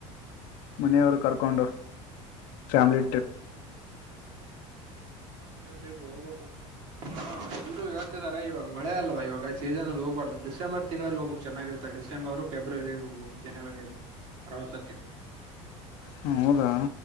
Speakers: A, on the left; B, on the right.
A: ಮನೆಯವರು ಕರ್ಕೊಂಡ ಫ್ಯಾಮ್ಲಿ
B: ಹ್ಮ್ ಹ್ಮ ಫ್ಯಾಮಿಲಿ ಟ್ರಿಪ್ ಹೋಗ್ಬೇಕು ಸ್ವಲ್ಪ ಎಲ್ರೂ ಹೇಳ್ತಿದಿದ್ದಾರೆ ಇವಾಗ ಮಳೆ ಅಲ್ವಾ ಇವಾಗ ಆ ಸೀಸನ್ಲ್ಲಿ ಹೋಗಬಾರ್ದು ಿಸೆಂಬರ್ ತಿಗಳಲ್ಲಿ ಹೋಗ್ಕ್ ಚೆನ್ನಾಗಿರುತ್ತಾರೆ ಡಿಸೆಂಬರ್ ಫೆಬ್ರವರಿಯಲ್ಲಿ ಹೋಗ್ ಜನವರಿಯಲ್ಲಿ ಪ್ರವಾಸಕ್ಕೆ
A: ಹ ಹೌದಾ